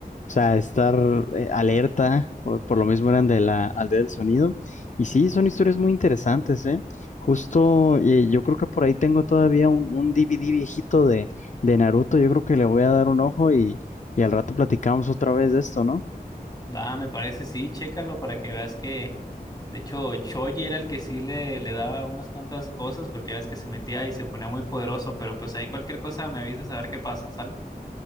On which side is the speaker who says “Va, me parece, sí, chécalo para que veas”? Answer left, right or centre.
Left